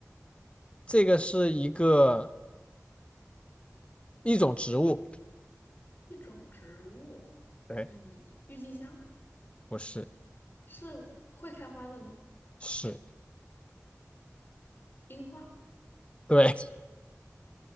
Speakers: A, on the left (about 20°); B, on the left (about 40°).
A: 这个是一个一种植物，
B: 一种植物，
A: 对，
B: 嗯，郁金香
A: 不是
B: 是会开花的吗？
A: 是，
B: 樱花。
A: 对，